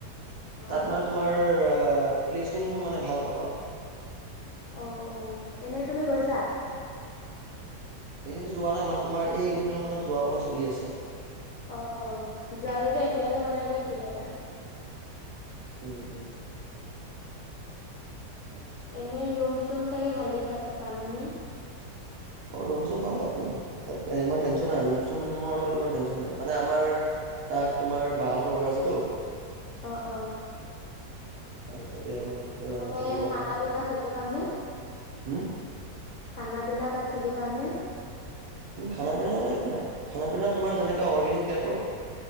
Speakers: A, on the left; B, on the right.
A: অ',
B: তাত মানে তোমাৰ অ প্লেচটো তুমি মানে ভাল পাবা।
A: অ, অ এনেই তুমি গৈছা?
B: এনেইতো যোৱা নাই মানে তোমাৰ এইকেইদিন মানে যোৱাৰ কথা চলি আছে।
A: অ, অ যোৱা যদি একেলগে বনাই দিয়া ট্ৰিপ এটা।
B: উম, উম।
A: <inaudible> এনেই ৰুম চুম চাগে ভালেই তাত পামনে?
B: অ ৰুম চুম পাবা একো নাই তাত ইমান টেনশ্যন নাই ৰুম চুমৰ লগত ইমান টেনশ্যন নাই মানে আমাৰ। তাত তোমাৰ বাহঁতৰ ঘৰ আছেতো।
A: অ, অ।
B: আহ তাতে মানে আহ
A: এনে
B: থাকিব
A: খানা
B: পাৰোঁ।
A: পিনা ঠিকে পামনে?
B: হম।
A: খানা পিনা তাত ঠিকে পামনে?
B: খানা পিনাৰ লগত একো নাই খানা পিনা তোমাৰ যেনেকা অৰ্গেনিক টাইপৰ।